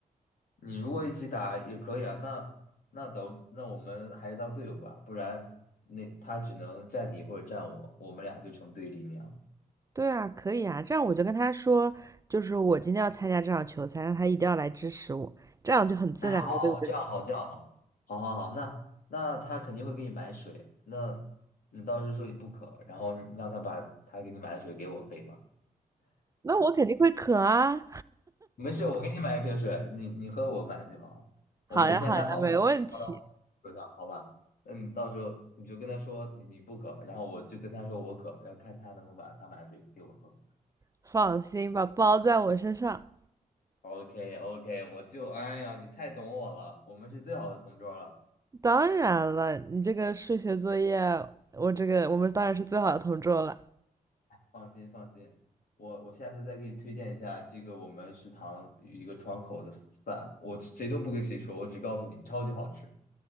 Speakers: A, on the left; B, on the right.
A: 你如果一起打也可以啊，那那等那我们还是当队友吧，不然那他只能站你或者站我，我们俩就成对立面了。
B: 对啊，可以啊。这样我就跟他说，就是我今天要参加这场球赛，让他一定要来支持我，这样就很自然了，
A: 哎，好好，
B: 对不对？
A: 这样好，这样好，好好好，那那他肯定会给你买水，那你到时候说你不渴，然后你让他把他给你买的水给我，可以吗？
B: 那我肯定会渴啊。
A: 没事，我给你买一瓶水，你你喝我买的就好了我提前买好放到桌上，
B: 好呀，好呀，没问题，
A: 好吧？那你到时候你就跟他说你你不渴，然后我就跟他说我渴，然后看他能不能把他买的水给我喝。
B: 放心吧，包在我身上。
A: OK OK，我就哎呀，你太懂我了，我们是最好的同桌了。
B: 当然了，你这个数学作业，我这个我们当然是最好的同桌了。
A: 放心放心，我我下次再给你推荐一下这个我们食堂一个窗口的饭，我谁都不跟谁说，我只告诉你，超级好吃，